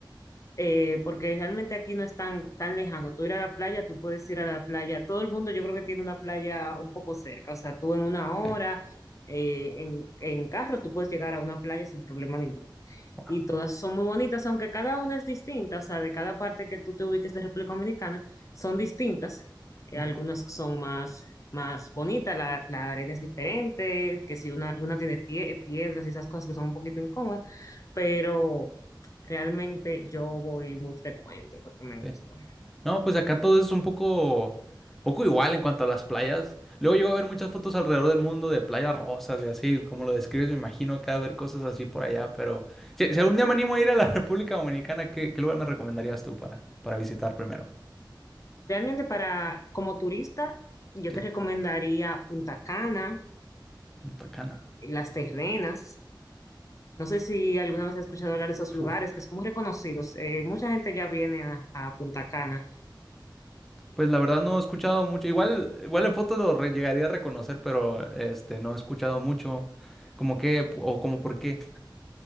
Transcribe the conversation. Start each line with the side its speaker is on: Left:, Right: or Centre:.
Left: eh, porque realmente aquí no es tan, tan lejano. Tú ir a la playa, tú puedes ir a la playa. Todo el mundo yo creo que tiene una playa un poco cerca. O sea, tú en una hora,
Centre: sí,
Left: eh, en, en carro, tú puedes llegar a una playa sin problema ninguno.
Centre: wow.
Left: Y todas son muy bonitas, aunque cada una es distinta. O sea, de cada parte que tú te ubiques de República Dominicana, son distintas. Eh,
Centre: mm,
Left: algunas son más, más bonitas, la, la arena es diferente, que si una, alguna tiene pie- piedras y esas cosas que son un poquito incómodas, pero... Realmente yo voy muy frecuente porque me
Centre: sí.
Left: gusta.
Centre: No, pues acá todo es un poco, poco igual en cuanto a las playas. Luego llego a ver muchas fotos alrededor del mundo de playas rosas y así, como lo describes, me imagino que ha de haber cosas así por allá, pero si, si algún día me animo a ir a la <laughs> República Dominicana, ¿qué, qué lugar me recomendarías tú para, para visitar primero?
Left: Realmente para, como turista, yo
Centre: Sí,
Left: te recomendaría Punta Cana,
Centre: Punta Cana.
Left: Las Terrenas. No sé si alguna vez has escuchado hablar de esos lugares
Centre: Uf.
Left: que son muy reconocidos. Eh, mucha gente ya viene a, a Punta Cana
Centre: Pues la verdad no he escuchado mucho. Igual, igual en foto lo re- llegaría a reconocer, pero este no he escuchado mucho. Como qué? o como por qué.